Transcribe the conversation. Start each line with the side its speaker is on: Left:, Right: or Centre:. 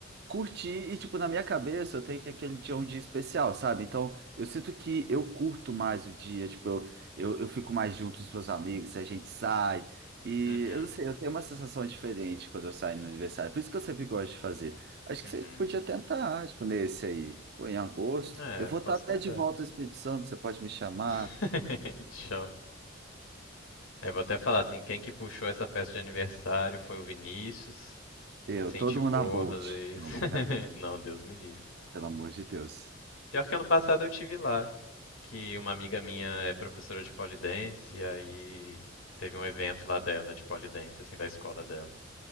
Right: curti e, tipo, na minha cabeça eu tenho que aquele dia é um dia especial, sabe? Então, eu sinto que eu curto mais o dia, tipo, eu, eu, eu fico mais junto com os meus amigos, a gente sai. E
Left: uhum,
Right: eu não sei, eu tenho uma sensação diferente quando eu saio no meu aniversário. Por isso que eu sempre gosto de fazer. Acho
Left: uhum.
Right: que você podia tentar, tipo, nesse aí, ou em agosto.
Left: É,
Right: Eu vou
Left: posso
Right: estar até
Left: tentar.
Right: de volta ao Espírito Santo, você pode me chamar.
Left: <laughs> Tchau. É, vou até falar assim, quem que puxou essa festa de aniversário foi o Vinícius, que
Right: Eu,
Left: me incentivou
Right: todo mundo na Bolt.
Left: a fazer
Right: Não,
Left: isso.
Right: brincadeira.
Left: <laughs> Não, Deus me livre.
Right: Pelo amor de Deus.
Left: Pior que ano passado eu tive lá, que uma amiga minha é professora de polidense, e aí teve um evento lá dela de polidense, assim, da escola dela.